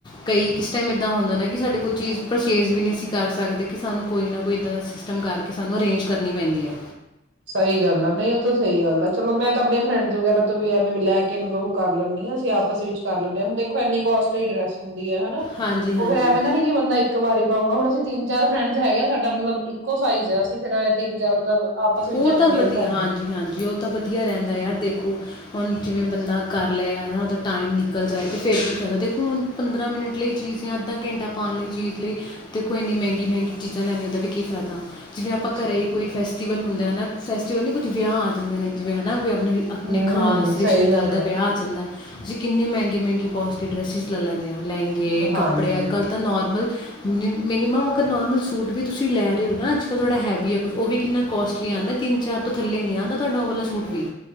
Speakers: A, on the left; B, on the right.
A: ਕਈ ਕਿਸ ਟਾਈਮ ਏਦਾਂ ਹੁੰਦਾ ਨਾ ਕਿ ਸਾਡੇ ਕੋਈ ਚੀਜ਼ ਪਰਚੇਜ਼ ਵੀ ਨਹੀਂ ਅਸੀਂ ਕਰ ਸਕਦੇ ਕਿ ਸਾਨੂੰ ਕੋਈ ਨਾ ਕੋਈ ਇੱਦਾਂ ਦਾ ਸਿਸਟਮ ਕਰਕੇ ਸਾਨੂੰ ਅਰੇਂਜ ਕਰਨੀ ਪੈਂਦੀ ਆ
B: ਸਹੀ ਗੱਲ ਆ ਨਹੀਂ ਉਹ ਤਾਂ ਸਹੀ ਗੱਲ ਆ ਚਲੋ ਮੈਂ ਤਾਂ ਆਪਣੀਆਂ ਫਰੈਂਡਸ ਵਗੈਰਾ ਤੋਂ ਵੀ ਐਵੇ ਵੀ ਲੈ ਕੇ ਮਤਲਬ ਉਹ ਕਰ ਲੈਂਦੀ ਆਾ ਅਸੀਂ ਆਪਸ ਵਿੱਚ ਕਰ ਲੈਂਦੇ ਹਾਂ ਹੁਣ ਦੇਖੋ ਐੰਨੀ ਕੋਸਟਲੀ ਡਰੈਸ ਹਦੀ ਹਨਾ
A: ਹਾਂਜੀ ਹਾਂਜੀ
B: ਉਹ ਫੇਰ ਐ ਤਾਨੀ ਕਿ ਬੰਦਾ ਇੱਕ ਵਾਰੀ ਪਾਊਗਾ ਹੁਣ ਅਸੀਂ ਤਿੰਨ ਚਾਰ ਫਰੈਂਡਸ ਹੈਗੇ ਸਾਡਾ ਮਤਲਬ ਇੱਕੋ ਸਾਈਜ਼ ਆ ਅਸੀਂ ਫਰ ਤਿੰਨ ਚਾਰ ਮਤਲਬ ਆਪਸ ਵਿੱਚ
A: ਉਹ
B: ਐਵੇਂ
A: ਤਾਂ
B: ਵੇਅਰ
A: ਵਧੀਆ
B: ਕਰ
A: ਹਾਂਜੀ
B: ਲੈਂਦੇ ਹਾਂ
A: ਹਾਂਜੀ ਉਹ ਤਾਂ ਵਧੀਆ ਰਹਿੰਦਾ
B: ਹਮ
A: ਯਾਰ ਦੇਖੋ ਹੁਣ ਜਿਵੇਂ ਬੰਦਾ ਕਰ ਲੈ ਉਹਦਾ ਟਾਈਮ ਨਿਕਲ ਜਾਏ ਤੇ ਫਿਰ ਕੀ ਫਾਇਦਾ ਦੇਖੋ ਹੁਣ ਪੰਦਰਾਂ ਮਿੰਟ ਲਈ ਚੀਜ਼ ਜਾਂ ਅੱਧਾ ਘੰਟਾ ਪਾਉਣ ਲਈ ਚੀਜ਼ ਲਈ ਦੇਖੋ ਇੰਨੀ ਮਹਿੰਗੀ ਮਹਿੰਗੀ ਚੀਜ਼ਾਂ ਲੈਣੀਆਂ ਉਹਦਾ ਵੀ ਕੀ ਫਾਇਦਾ ਜਿਵੇਂ ਆਪਾਂ
B: ਸਹੀ
A: ਘਰ ਹੀ ਕੋਈ ਫੈਸਟੀਵਲ ਹੁੰਦਾ ਹਨਾ ਫੈਸਟੀਵਲ ਨੀ ਕੁੱਝ ਵਿਆਹ ਆ ਜਾਂਦੇ ਨੇ ਜਿਵੇਂ ਹਨਾ ਕੋਈ ਆਪ ਆਪਣੇ
B: ਹਮ
A: ਖਾਸ
B: ਹਮ
A: ਰਿਸ਼ਤੇਦਾਰ
B: ਸਹੀ ਗੱਲ
A: ਦਾ
B: ਹੈ
A: ਵਿਆਹ ਆ ਜਾਂਦਾ ਅਸੀਂ ਕਿੰਨੇ ਮਹਿੰਗੇ ਮਹਿੰਗੇ ਕੋਸਟਲੀ ਡਰੈਸਿਿਸ ਲੈ ਲੈਂਦੇ ਹਾਂ ਲਹਿੰਗੇ
B: ਹਾਂਜੀ
A: ਕੱਪੜੇ ਅੱਜ ਕੱਲ੍ਹ ਤਾਂ ਨੋਰਮਲ ਮਿਨੀਮਮ ਅਗਰ ਨੋਰਮਲ ਸੂ ਵੀ ਤੁਸੀਂ ਲੈ ਰਹੇ ਹੋ ਨਾ ਅੱਜ ਕ੍ਹ ਥੋੜ੍ਹਾ ਹੈਵੀ ਆ ਕੁਛ ਉਹ ਵੀ ਕਿੰਨਾ ਕੋਸਟ ਆਉਂਦਾ ਤਿੰਨ, ਚਾਰ ਤੋਂ ਥੱਲੇ ਨੀ ਆਂਦਾ ਤੁਹਾਡਾ ਉਹ ਵਾਲਾ ਸੂਟ ਵੀ